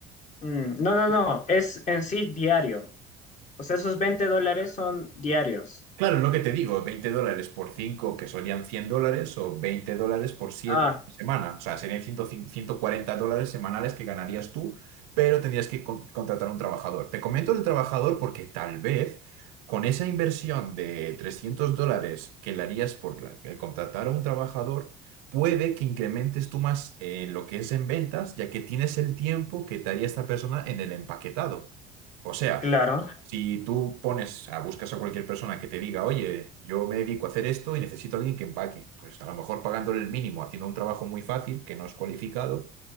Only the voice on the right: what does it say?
Claro, es lo que te digo, 20 dólares por 5 que serían 100 dólares, o 20 dólares por siete
semanas. O sea, serían ciento ciento cuarenta dólares semanales que ganarías tú, pero tendrías que con- contratar a un trabajador. Te comento el trabajador porque tal vez con esa inversión de 300 dólares que le harías por la- el contratar a un trabajador, puede que incrementes tú más eh, lo que es en ventas, ya que tienes el tiempo que te haría esta persona en el empaquetado. O sea,
si tú pones, a, buscas a cualquier persona que te diga, oye, yo me dedico a hacer esto y necesito a alguien que empaque, pues a lo mejor pagándole el mínimo, haciendo un trabajo muy fácil, que no es cualificado,